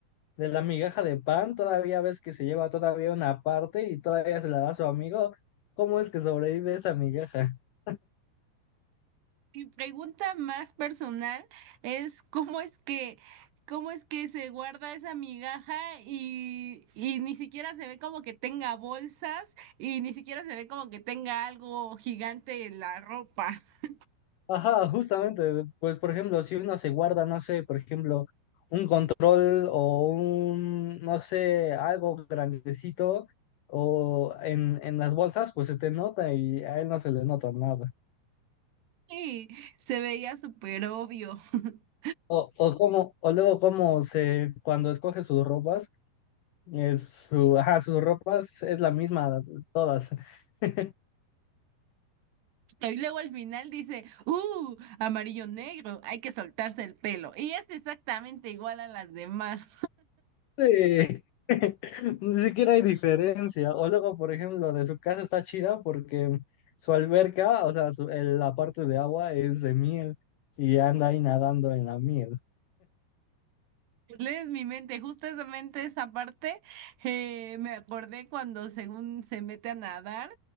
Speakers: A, on the left; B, on the right.
A: de la migaja de pan, todavía ves que se lleva todavía una parte y todavía se la da a su amigo. ¿Cómo es que sobrevive esa migaja? <laughs>
B: Mi pregunta más personal es cómo es que, cómo es que se guarda esa migaja y, y ni siquiera se ve como que tenga bolsas y ni siquiera se ve como que tenga algo gigante en la ropa. <laughs>
A: Ajá, justamente, pues por ejemplo, si uno se guarda, no sé, por ejemplo, un control o un, no sé, algo grandecito o en, en las bolsas, pues se te nota y a él no se le nota nada.
B: Sí, se veía súper obvio. <laughs>
A: O, o como, o luego como se, cuando escoge sus ropas, es su, ajá, sus ropas es la misma todas. <laughs>
B: Y luego al final dice, ¡uh! Amarillo negro, hay que soltarse el pelo. Y es exactamente igual a las demás.
A: Sí. <laughs> Ni siquiera hay diferencia. O luego, por ejemplo, de su casa está chida porque su alberca, o sea, su- el- la parte de agua es de miel y anda ahí nadando en la miel.
B: Lees mi mente, justamente esa parte eh, me acordé cuando según se mete a nadar